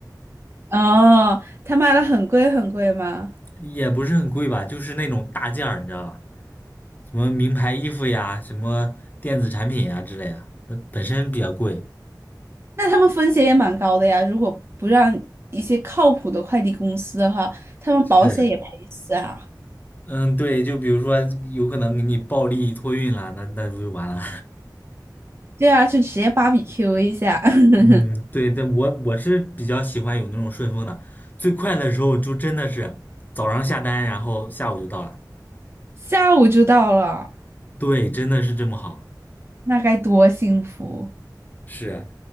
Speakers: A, on the right; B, on the left.
A: 哦，他卖的很贵很贵吗？
B: <laughs> 也不是很贵吧，就是那种大件儿，你知道吧？什么名牌衣服呀，什么电子产品呀之类的，它本身比较贵。
A: 那他们风险也蛮高的呀。如果不让一些靠谱的快递公司的话，他们保险也赔死啊。
B: 是。嗯，对，就比如说有可能给你暴力托运了，那那不就完了？
A: 对啊，就直接芭比 Q 一下，<laughs>
B: <laughs> 嗯，对，但我我是比较喜欢有那种顺丰的，最快的时候就真的是早上下单，然后下午就到了。
A: 下午就到了，
B: 对，真的是这么好。
A: 那该多幸福
B: 是，